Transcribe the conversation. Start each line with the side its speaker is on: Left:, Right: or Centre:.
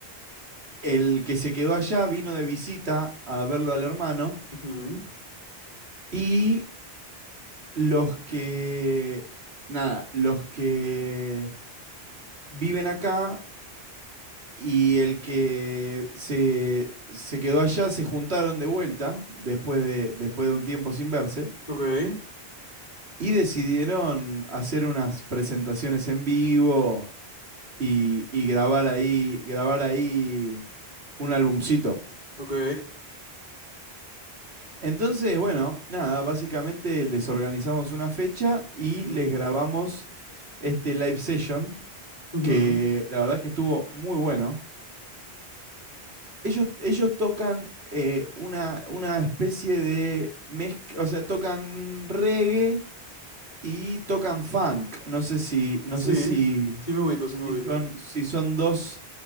Right: el que se quedó allá vino de visita a verlo al hermano
Left: Ujú.
Right: y los que, nada, los que viven acá y el que se, se quedó allá se juntaron de vuelta después de, después de un tiempo sin verse.
Left: Ok,
Right: Y decidieron hacer unas presentaciones en vivo y, y grabar ahí, grabar ahí un albumcito.
Left: ok.
Right: Entonces, bueno, nada, básicamente les organizamos una fecha y
Left: Ujú,
Right: les grabamos este live session,
Left: ujú.
Right: que la verdad es que estuvo muy bueno. Ellos, ellos tocan eh, una, una especie de mezcla, o sea, tocan reggae y tocan funk. No sé si, no
Left: Sí,
Right: sé si,
Left: sí me ubico, sí me
Right: Si
Left: ubico.
Right: son, si son dos,